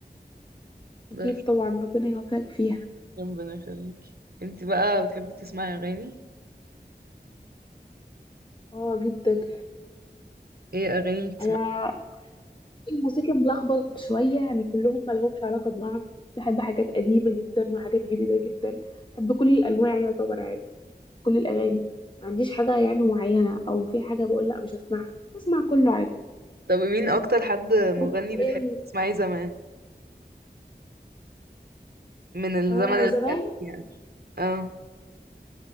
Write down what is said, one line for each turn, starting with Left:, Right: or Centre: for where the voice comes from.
Left: أكيد
Right: بس
Left: طبعا ربنا يوفقك فيها
Right: ربنا يخليكي انتي بقى بتحبي تسمعي أغاني؟
Left: اه جدا
Right: ايه أغاني بتسمعي؟
Left: أنا الموسيقى ملخبط شوية يعني كلهم ملهمش علاقة ببعض بحب حاجات قديمة جدا وحاجات جديدة جدا بحب كل الأنواع يعتبر عادي كل الأغاني ما عنديش حاجة يعني معينة أو في حاجة بقول لأ مش هسمعها بسمع كله عادي
Right: طب مين اكتر حد مغني
Left: وانت ايه
Right: بتحبي تسمعيه زمان من الزمن
Left: آه
Right: انا
Left: زمان
Right: القديم يعني اه